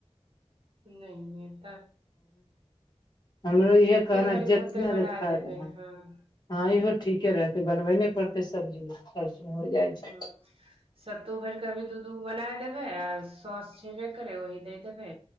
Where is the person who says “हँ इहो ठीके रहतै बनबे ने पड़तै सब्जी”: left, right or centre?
Left